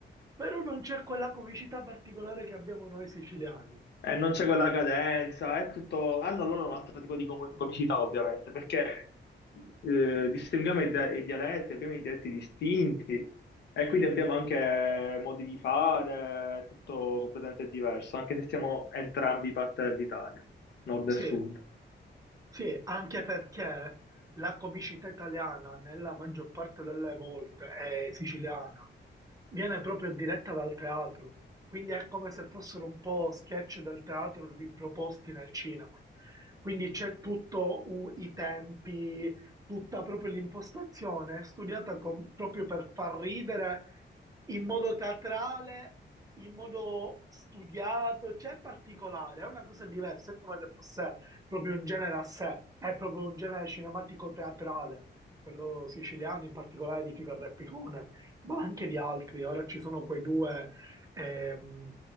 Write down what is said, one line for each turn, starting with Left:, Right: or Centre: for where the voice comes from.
Right: però non c'è quella comicità particolare che abbiamo noi siciliani.
Left: E non c'è quella cadenza, è tutto... Hanno loro un altro tipo di comu- comicità, ovviamente, perché eh, distinguiamo i, dia- i dialetti, abbiamo i dialetti distinti e quindi abbiamo anche modi di fare, tutto completamente diverso, anche se siamo entrambi parte dell'Italia, nord
Right: Sì.
Left: e sud.
Right: Sì, anche perché la comicità italiana, nella maggior parte delle volte, è siciliana, viene proprio diretta dal teatro, quindi è come se fossero un po' sketch del teatro riproposti nel cinema. Quindi c'è tutto u- i tempi, tutta proprio l'impostazione è studiata com- proprio per far ridere in modo teatrale, in modo studiato, cioè è particolare, è una cosa diversa, è come se fosse proprio un genere a sé, è proprio un genere cinematico-teatrale, quello siciliano, in particolare di Fico e Repicone, ma anche di altri. Ora ci sono quei due ehm,